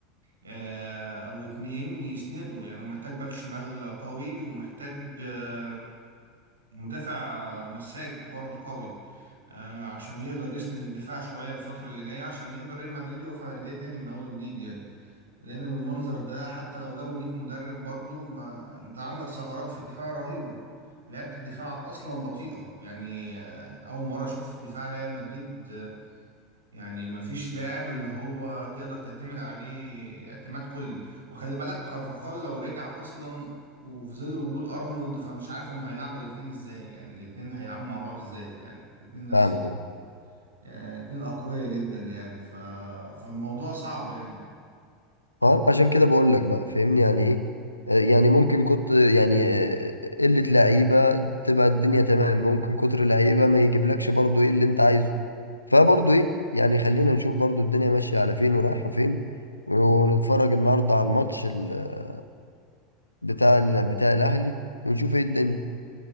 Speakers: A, on the right; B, on the left.
A: آه، أو اتنين يسندوا يعني هو محتاج باك شمال قوي ومحتاج آه، مدافع مساك برضه قوي آه، عشان يقدر يسند الدفاع شوية الفترة اللي جاية عشان يقدر ريال مدريد يقف على رجليه تاني من أول وجديد يعني لان بالمنظر ده حتى لو جابوا 100 مدرب برضو ما انت عندك ثغرات في الدفاع رهيبه لعبة الدفاع اصلا بطيئه يعني آه، اول مره اشوف دفاع ريال مدريد آه، يعني ما فيش لاعب اللي هو تقدر تعتمد عليه اعتماد كلي وخلي بالك كارفاخال لو رجع اصلا وفي ظل وجود ارنولد فمش عارف هم هيلعبوا الاثنين ازاي يعني الاثنين هيلعبوا مع بعض ازاي يعني الاثنين نفس
B: فاهمك اهو
A: يعني الاثنين اقوياء جدا يعني ف... فالموضوع صعب يعني
B: اه عشان كده بقول لك بقى فهمني يعني ايه آه، يعني ممكن كنت يعني آه، قلة لعيبة تبقى الدنيا تمام ممكن كتر لعيبة ما يجيبلكش برضو ايه اللي انت عايزه فبرضه ايه يعني خلينا نشوف برضه الدنيا ماشية على فين ورايحة فين ونتفرج النهاردة على الماتش ال- بتاع ال... بتاع الأهلي ونشوف ايه الدنيا